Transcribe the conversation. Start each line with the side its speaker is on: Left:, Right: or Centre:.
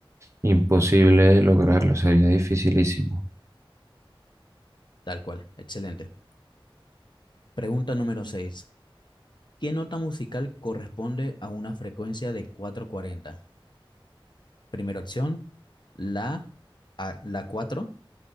Right: imposible lograrlo, sería dificilísimo.
Left: Tal cual, excelente. Pregunta número 6. ¿Qué nota musical corresponde a una frecuencia de cuatro cuarenta? Primera opción, la, a- la 4,